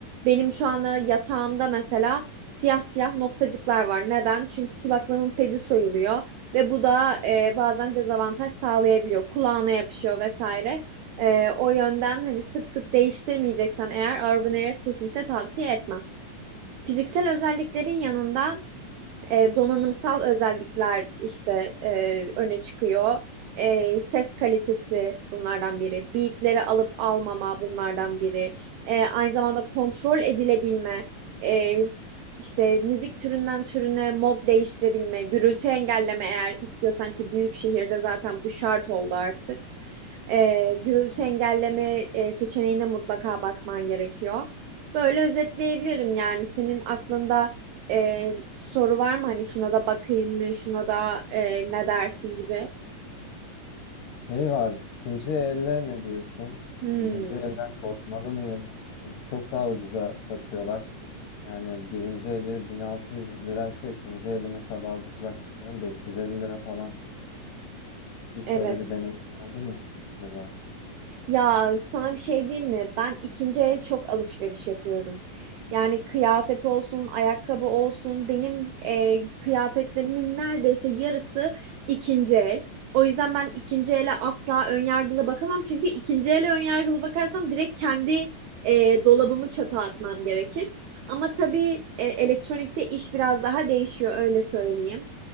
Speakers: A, on the right (about 85°); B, on the left (about 80°).
A: Benim şu anda yatağımda mesela siyah siyah noktacıklar var. Neden? Çünkü kulaklığımın pedi soyuluyor ve bu da e, bazen dezavantaj sağlayabiliyor. Kulağına yapışıyor vesaire. E, o yönden hani sık sık değiştirmeyeceksen eğer Urban Airs kesinlikle tavsiye etmem. Fiziksel özelliklerin yanında e, donanımsal özellikler işte e, öne çıkıyor. E, ses kalitesi bunlardan biri. Beatleri alıp almama bunlardan biri. E, aynı zamanda kontrol edilebilme. E, işte müzik türünden türüne mod değiştirebilme. Gürültü engelleme eğer istiyorsan ki büyük şehirde zaten bu şart oldu artık. E, gürültü
B: evet.
A: engelleme e, seçeneğine mutlaka bakman gerekiyor. Böyle özetleyebilirim yani senin aklında e, soru var mı? Hani şuna da bakayım mı? Şuna da e, ne dersin gibi.
B: Şey var. ikinci elle ne diyorsun?
A: Hmm,
B: İkinci elden korkmalı mıyım? Çünkü çok daha ucuza satıyorlar. Yani birinci eli 1600 liraysa ikinci eli mesela bazı kulaklıkların 550 lira falan. Hiç
A: evet.
B: öyle bir deneyim oldu mu acaba?
A: Ya sana bir şey diyeyim mi? Ben ikinci el çok alışveriş yapıyorum. Yani kıyafet olsun, ayakkabı olsun. Benim e, kıyafetlerimin neredeyse yarısı ikinci el. O yüzden ben ikinci ele asla önyargılı bakamam. Çünkü ikinci ele önyargılı bakarsam direkt kendi e, dolabımı çöpe atmam gerekir. Ama tabii e, elektronikte iş biraz daha değişiyor öyle söyleyeyim.